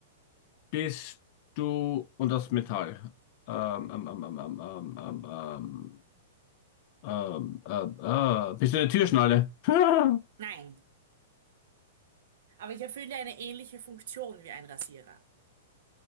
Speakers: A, on the left (about 45°); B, on the right (about 65°).
A: Bist du und aus Metall. Ähm, ähm, ähm, ähm, ähm, ähm, ähm, ähm, ähm, ähm, äh, bist du eine Türschnalle? <laughs>
B: Nein. Aber ich erfülle eine ähnliche Funktion wie ein Rasierer.